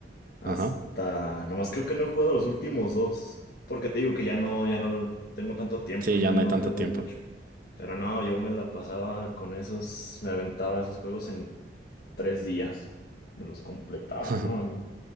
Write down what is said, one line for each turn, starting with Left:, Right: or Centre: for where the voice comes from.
Left: hasta,
Right: Ajá.
Left: nomás creo que no he jugado los últimos dos, porque te digo que ya no, ya no tengo tanto tiempo
Right: Sí,
Left: y
Right: ya
Left: ya
Right: no
Left: no
Right: hay tanto
Left: le doy
Right: tiempo.
Left: mucho. Pero no, yo me la pasaba con esos, me aventaba esos juegos en tres días, me los completaba,
Right: <laughs>
Left: ¿no? Yo,